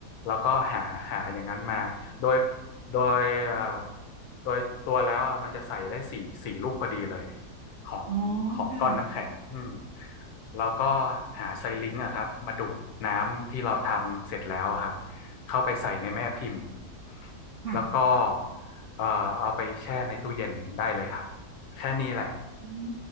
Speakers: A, on the left; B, on the right.
A: แล้วก็หาหาอย่างนั้นมาโดยโดยเอ่อโดยตัวแล้วอะมันจะใส่ได้สี่สี่ลูกพอดีเลยของของก้อนน้ำแข็งอืม
B: อ๋อค่ะ
A: แล้วก็หาไซลิงก์อะครับมาดูดน้ำที่เราทำเสร็จแล้วครับเข้าไปใส่ในแม่พิมพ์
B: ค่ะ
A: แล้วก็เอ่อเอาไปแช่ในตู้เย็นได้เลยครับแค่นี้แหละ
B: อืม